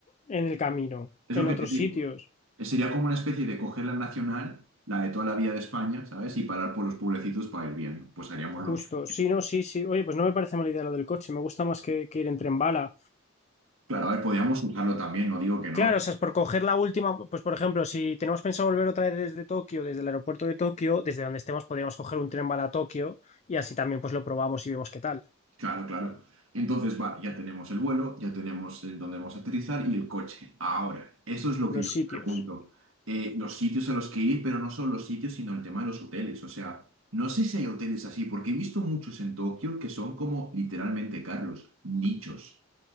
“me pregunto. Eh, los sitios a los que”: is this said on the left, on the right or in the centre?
Right